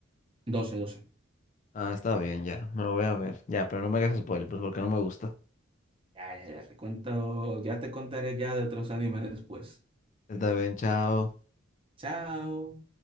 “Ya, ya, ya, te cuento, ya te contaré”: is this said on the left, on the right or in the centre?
Right